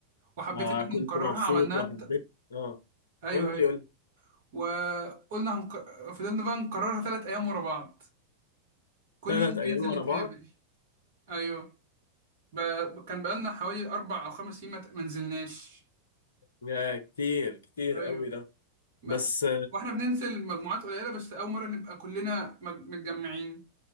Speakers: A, on the right; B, on the left.
A: وحبيت
B: فكنت
A: إن احنا نكررها
B: مبسوط
A: عملناها
B: وحبيت
A: ت-
B: آه
A: أيوه
B: قول
A: أيوه
B: لي قول لي
A: وقلنا هنك... فضلنا بقى نكررها ثلاث ايام ورا بعض كل
B: تلات
A: يوم
B: أيام
A: بننزل
B: ورا
A: نتقابل
B: بعض
A: ايوه ب... كان بقالنا حوالي اربع او خمس سنين ما ت- ما نزلناش
B: يا كتير كتير
A: ايوه
B: قوي ده
A: ما...
B: بس
A: واحنا بننزل مجموعات قليله بس اول مره نبقى كلنا مج... متجمعين